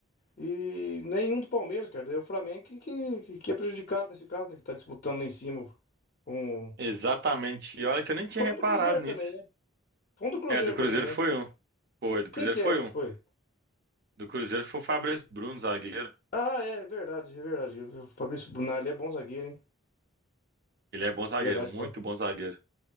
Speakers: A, on the left; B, on the right.
A: e nenhum do Palmeiras, cara. Daí o Flamengo que, que, que- que é prejudicado nesse caso, né? Que tá disputando lá em cima com.
B: Exatamente. E olha que eu nem tinha
A: Foi
B: reparado
A: um do Cruzeiro
B: nisso.
A: também, né? Foi um do Cruzeiro
B: É, do Cruzeiro
A: também, né?
B: foi um. Foi, do
A: Quem
B: Cruzeiro
A: que
B: foi
A: é que
B: um.
A: foi?
B: Do Cruzeiro foi o Fabrício Bruno, zagueiro.
A: Ah, é, verdade, é verdade. O Fabrício Brunelli é bom zagueiro, hein?
B: Ele é bom zagueiro,
A: Verdade,
B: muito
A: Fa-
B: bom zagueiro.